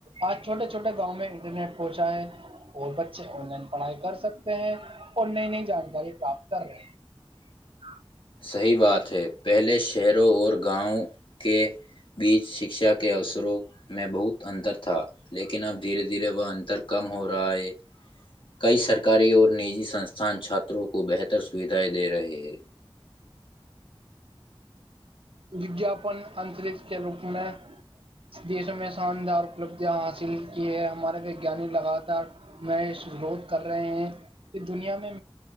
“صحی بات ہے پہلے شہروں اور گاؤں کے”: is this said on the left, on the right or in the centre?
Left